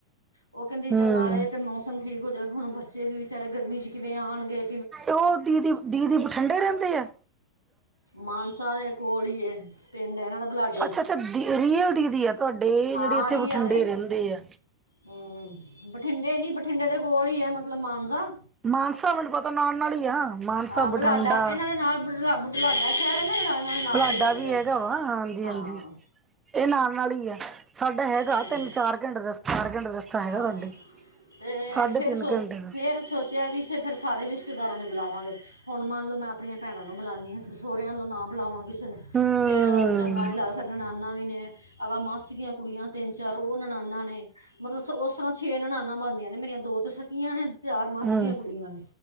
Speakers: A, on the right (about 85°); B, on the right (about 20°).
A: ਉਹ ਕਹਿੰਦੀ
B: ਹੂੰ
A: ਚੱਲ ਨਾਲੇ ਤਾਂ ਮੌਸਮ ਠੀਕ ਹੋ ਜਾਵੇ, ਹੁਣ ਬੱਚੇ ਵੀ ਵਿਚਾਰੇ ਗਰਮੀ 'ਚ ਕਿਵੇਂ ਆਉਣਗੇ।
B: ਉਹ ਦੀ- ਦੀ- ਦੀ -ਦੀ ਠੰਡੇ ਰਹਿੰਦੇ ਆ।
A: ਮਾਨਸਾ ਦੇ ਕੋਲ ਹੀ ਇਹ ਪਿੰਡ ਹੈ ਇਹਨਾਂ ਦਾ ਬਲਾਡੇ
B: ਅੱਛਾ -ਅੱਛਾ ਰੀਅਲ ਦੀਦੀ ਐ ਤੁਹਾਡੇ
A: ਹਾਂ
B: ਜਿਹੜੇ ਇੱਥੇ
A: ਰੀਅਲ
B: ਬਠਿੰਡੇ
A: ਹੈ
B: ਰਹਿੰਦੇ ਆ।
A: ਹਮ ਬਠਿੰਡੇ ਨੀ ਬਠਿੰਡੇ ਦੇ ਕੋਲ ਹੀ ਹੈ ਮਤਲਬ ਮਾਨਸਾ।
B: ਮਾਨਸਾ ਮੈਨੂੰ ਪਤਾ ਨਾਲ -ਨਾਲ ਹੀ ਆ, ਮਾਨਸਾ,
A: ਹਾਂ ਬੁਢਲਾਡਾ
B: ਬਠਿੰਡਾ
A: ਇਹਨਾਂ ਦੇ ਨਾਲ <unintelligible> ਸ਼ਹਿਰ ਹੈ ਨਾ ਜਿਹੜਾ ਇਹਨਾਂ ਦੇ ਨਾਲ
B: ਬੁਢਲਾਡਾ
A: ਹੀ ਲੱਗਦਾ
B: ਵੀ
A: ਹੈ।
B: ਹੈਗਾ ਵਾ, ਹਾਂਜੀ
A: ਹਾਂ
B: -ਹਾਂਜੀ ਇਹ ਨਾਲ -ਨਾਲ ਹੀ ਆ ਸਾਡਾ ਹੈਗਾ
A: ਹਾਂਜੀ
B: ਤਿੰਨ -ਚਾਰ ਘੰਟੇ ਰਸਤਾ, ਚਾਰ ਘੰਟੇ ਦਾ ਰਸਤਾ ਹੈਗਾ
A: ਹਾਂ
B: ਸਾਡੇ
A: ਤੇ
B: ਸਾਢੇ
A: ਫੇਰ
B: ਤਿੰਨ
A: ਸੋਚ,
B: ਘੰਟੇ ਦਾ
A: ਫਿਰ ਸੋਚ ਬੱਚੇ ਵੀ ਤੇ ਫੇਰ ਸਾਰੇ ਰਿਸ਼ਤੇਦਾਰਾਂ ਨੂੰ ਬੁਲਾਵਾਂਗੇ, ਹੁਣ ਮੰਨ ਲਓ ਮੈਂ ਆਪਣੀਆਂ ਭੈਣਾਂ ਨੂੰ ਬੁਲਾਉਂਦੀ ਹਾਂ। ਫਿਰ ਸਹੁਰਿਆਂ ਵੱਲੋਂ ਨਾ ਬੁਲਾਵਾਂ ਕਿਸੇ ਨੂੰ,
B: ਹਮ
A: ਫਿਰ ਚੰਗਾ ਨਹੀਂ ਲੱਗਦਾ, ਫਿਰ ਨਨਾਣਾ ਵੀ ਨੇ, ਅਗੇ ਮਾਸ ਦੀਆਂ ਕੁੜੀਆਂ ਤਿੰਨ -ਚਾਰ, ਉਹ ਨਨਾਣਾ ਨੇ, ਮਤਲਬ ਉਸ ਤਰ੍ਹਾਂ। ਛੇ ਨਨਾਣਾਂ ਬਣਦੀਆਂ ਨੇ ਮੇਰੀਆਂ ਦੋ ਤੇ ਸਕੀਆਂ ਨੇ, ਚਾਰ ਮਾਸੀ
B: ਹਮ
A: ਦੀਆਂ ਕੁੜੀਆਂ ਨੇ,